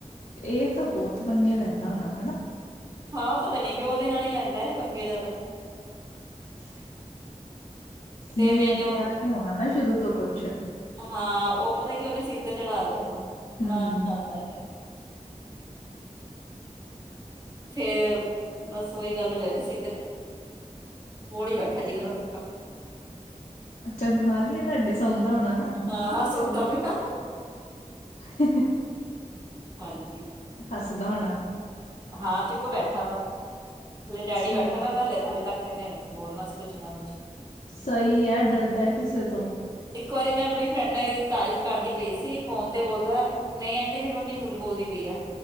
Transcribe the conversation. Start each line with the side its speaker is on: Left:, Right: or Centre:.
Left: ਏ ਤਾਂ ਬੋਤ ਪੰਗੇ ਲੈਂਦਾ ਹੋਣਾ ਹੈਨਾ
Right: ਹਾਂ ਪਤਾ ਨੀ ਕਿਉਂ ਓਦੇ ਨਾਲ ਈ ਲੈਂਦਾ ਐ ਪੰਗੇ ਜਾਦਾ।
Left: <inaudible>
Right: ਤੇ
Left: ਨੇ
Right: ਮੈਨੂੰ
Left: ਕੇਆ ਨੀ ਹੋਣਾ ਨਾ ਸ਼ੁਰੂ ਤੋਂ ਕੁੱਛ
Right: ਹਾਂ ਓ ਪਤਾ ਕੀ ਓਨੇ ਸਿਰ ਤੇ ਚੜ੍ਹਾ ਲਯਾ ਏਨੂੰ
Left: ਹੂੰ,
Right: ਤੰਗ ਕਰਦਾ ਫੇਰ ਬਸ ਓਈ ਗੱਲ ਹੋ ਜਾਂਦੀ ਸਿਰ ਤੇ ਚੜ੍ਹ, ਕੋਲ ਈ ਬੈਠਾ ਜੀਗਰ ਓਹ
Left: ਅੱਛਾ ਨਾਲ ਈ ਆ ਤਾਡੇ ਸੋਣਦਾ ਹੋਣਾ ਨਾ
Right: ਹਾਂ-ਹਾਂ ਸੁੁਣਦਾ ਪਯਾ।
Left: ਹੂੰ
Right: ਹਾਂਜੀ।
Left: ਹੱਸਦਾ ਹੋਨਾ।
Right: ਹਾਂ ਚੁਪ ਬੈਠਾ ਪਰ ਹੱਲੇੇ
Left: ਅੱਛਾ
Right: ਡੈਡੀ ਬੈਠਾ ਨਾ ਹਲੇ ਤੱਕ ਤੇ ਐਨੇ ਬੋਲਨਾ ਸੀ ਕੁੱਛ ਨਾ ਕੁੱਛ
Left: ਸਈ ਐ ਡਰਦਾ ਐ ਕਿਸੇ ਤੋਂ
Right: ਇੱਕ ਵਾਰੀ ਮੈਂ ਆਪਣੀ ਫਰੈਂਡ ਨਾ ਐਦੀ ਤਾਰੀਫ਼ ਕਰਦੀ ਪਈ ਸੀ ਫੋਨ ਤੇ ਬੋਲਦਾ ਆਂਟੀ ਮੇਰੀ ਮੰਮੀ ਝੂਠ ਬੋਲਦੀ ਪਈ ਆ।